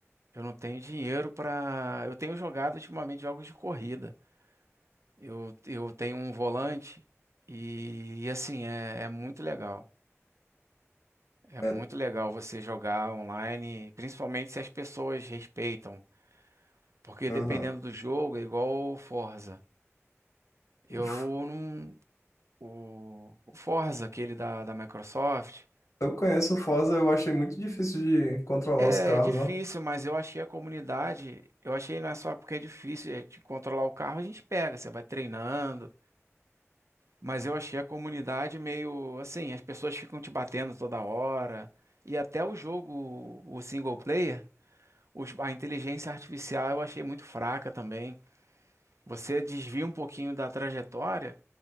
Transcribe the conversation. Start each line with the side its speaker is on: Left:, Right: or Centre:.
Right: eu não tenho dinheiro pra. Eu tenho jogado ultimamente jogos de corrida. Eu, eu tenho um volante e, e assim, é, é muito legal. É
Left: É,
Right: muito legal você jogar online, principalmente se as pessoas respeitam, porque
Left: aham.
Right: dependendo do jogo, é igual o Forza.
Left: Uf,
Right: Eu não. O, o Forza, aquele da, da Microsoft,
Left: Eu conheço o Forza, eu achei muito difícil de controlar
Right: é
Left: os carros,
Right: difícil,
Left: ó.
Right: mas eu achei a comunidade. Eu achei não é só porque é difícil é, de controlar o carro, a gente pega, você vai treinando. Mas eu achei a comunidade meio assim, as pessoas ficam te batendo toda hora. E até o jogo, o single player. Os- a inteligência artificial eu achei muito fraca também. Você desvia um pouquinho da trajetória,